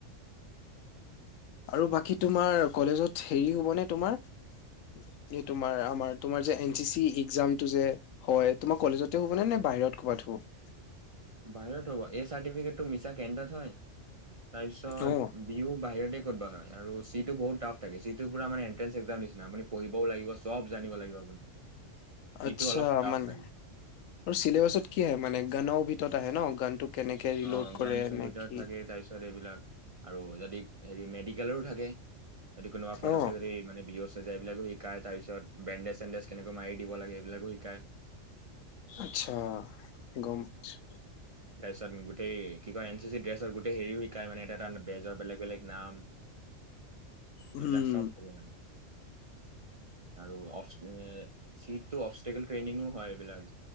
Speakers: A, on the left (about 85°); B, on the right (about 40°).
A: আৰু বাকী তোমাৰ কলেজত হেৰি হ'বনে, তোমাৰ কি আমাৰ তোমাৰ যে এন চি চি একজাম যে হয়, তোমাৰ কলেজতে হ'বনে নে বাহিৰত কৰবাত হ'ব।
B: বাহিৰত হ'ব, এই চাৰ্টিফিকেট তো মিছা কেন্দ্ৰত হয়। তাৰ পিছত
A: অ',
B: বিহু বাহিৰতে কোডবা হয়। আৰু, চিটো বহুত টাফ থাকে। চিটো পুৰা মানে এণ্ট্ৰেন্স একজাম নিচনা আপুনি পঢ়িবও লাগিব। সব জানিব লাগিব আপুনি। চিটো
A: আচ্ছা
B: অলপ টাফ
A: মানে
B: থাকে
A: আৰু চিলেবাছত কি আহে মানে গান অ তত আহে ন গানটো। কেনেকে ৰিলোড
B: অ
A: কৰে
B: ঘন চান
A: নে
B: ভিতৰত
A: কি?
B: থাকে তাৰ পিছত এইবিলাক আৰু যদি হেৰি, মেডিকেলৰো থাকে। যদি কোনোৱা ফটকে
A: অ',
B: যদি মানে বেহুচ এইবিলাকো শিকায় তাৰ পিছত বেণ্ডেজ চেণ্ডেজ কেনেকৈ মাৰি দিব লাগে এইবিলাকো শিকায়।
A: আচ্ছা গম পাইছোঁ।
B: তাত গোটেই কি কয়, এন চি চি ড্ৰেছত গোটেই হেৰি শিকাই মানে, এটা তাত বেজ বেলেগ বেলেগ নাম
A: উম,
B: এইবিলাক চব থাকে মানে। আৰু অফ চিটটো অপষ্টিকেল ট্ৰেইনিংও। হয় এইবিলাক।